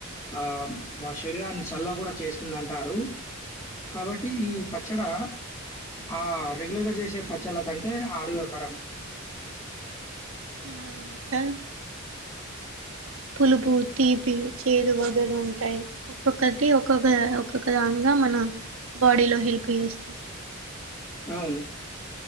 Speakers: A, on the left (about 15°); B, on the right (about 70°).
A: ఆ మా శరీరాన్ని చల్వ కూడా చేస్తుంది అంటారు కాబట్టి టి ఈ పచ్చడా ఆ రెగ్యులర్గా చేసే పచ్చళ్ళ కంటే ఆరోగ్యకరం
B: అవును సార్ పులుపు తీపి చేదు వగర ఉంటాయి ఒక్కొక్కటి ఒక్కొక్క ఒక్కొక్క దానిగా మన బాడీలో హెల్ప్ చేస్తాయి
A: అవును